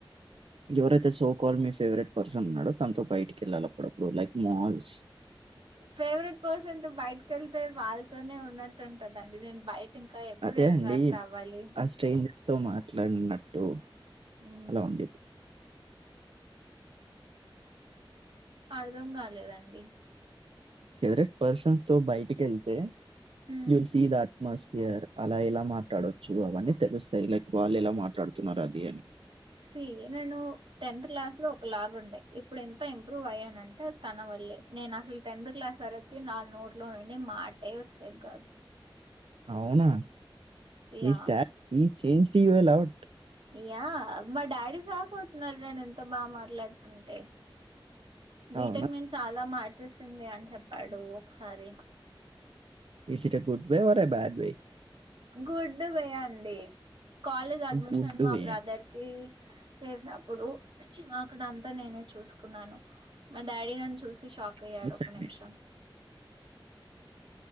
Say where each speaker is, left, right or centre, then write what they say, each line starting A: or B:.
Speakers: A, on the right; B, on the right.
A: ఎవరైతే so call మీ favourite person ఉన్నాడో తనతో బయిట్ కెళ్ళాలప్పుడప్పుడు like mall bus
B: favourite person తో బయటకి వెళ్తే వాళ్ళతోనే ఉన్నట్టుంటన్ పిండి నేన్ బయి టింకా ఎప్పుడు
A: అదే
B: ఇంట్రాక్ట్
A: అండి
B: అవ్వాలి
A: ఆ స్ట్రేంజర్స్ తో మాట్లాడినట్టు
B: హ్మ్
A: అలా ఉంది
B: అర్ధం కాలేదండి
A: ఫెవరెట్ పర్సన్స్తో బయటికెళ్తే
B: hmm
A: you will see that atmosphere అలా ఎలా మాట్లాడొచ్చు అవన్నీ తెలుస్తాయి లైక్ వాళ్ళు ఎలా మాట్లాడుతున్నారు అది అని
B: సి నేను టెన్త్ క్లాస్ లో ఒక లాగ ఉండే ఇప్పుడు ఎంత ఇంప్రూవ్ అయ్యానంటే తన వల్లే నేను అసలు టెన్త్ క్లాస్ వరకు నా నోట్లో నుండి మాటే వచ్చేది కాదు
A: అవునా
B: యా
A: ఈ స్ట ఈ చేంజ్ టి వెల ఔట్
B: య్యా మా డాడీ షాక్ అవుతున్నారు నేను ఎంత బా మాట్లాడుతుంటే బీటెక్
A: అవునా
B: నేన్ చాలా మాడ్ చేేసింది అని చెప్పాడు ఒకసారి
A: ఈస్ ఇటే గుడ్ బాయ్ వారే బ్యాడ్ బాయ్
B: గుడ్డు వేయ్యాండి కాాలేజ్ అడ్మిషన్
A: గుడ్
B: మా
A: వే
B: బ్రదర్కీ
A: అండి
B: చేసినప్పుడు అక్కడ అంతా నేనే చూసుకున్నాను మా డాడీ నన్ను చూసి షాక్ అయ్యాడు
A: న్యూస్
B: ఒక
A: అండి
B: నిమిషం